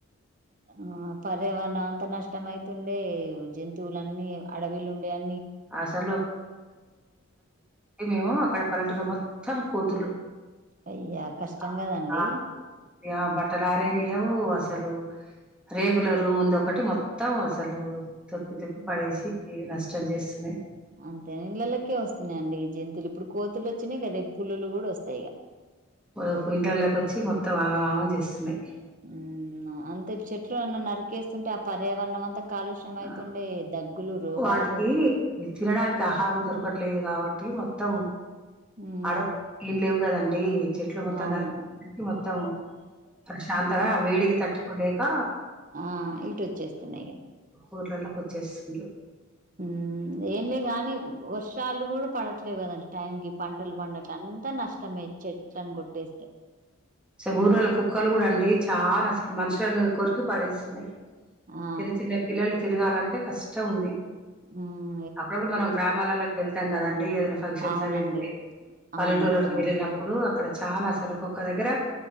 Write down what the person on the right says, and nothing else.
ఆ పర్యావరణం అంత నష్టమయి తుండే జంతువులన్నీ అడవిలుండే అం
అయ్యా కష్టం
కదండి
అందరిడ్లళ్లకి వస్తున్నాయండి జంతువులు ఇప్పుడు కోతులు వచ్చినాయి కదా పులులు కూడా వొస్ తయిగ
ఉన్నా అంతే చెట్లున్నా నరికేస్తుంటే ఆ పర్యావరణమంతా కాలుష్యం అయితుండే
దగ్గులు, రోగాలు
హ్మ్.
అవును
ఆ ఇటొచ్చేస్తున్నాయి ఇగ
ఉమ్ ఏంలే గానీ వర్షాలు కూడా పడట్లేవు కదండి టైంకి. పంటలు పండట్ అంతా నష్టమే చెట్లను కొట్టేస్తే.
ఆ!
ఉమ్
అవునండి.
అవును. ఎళ్తామండి.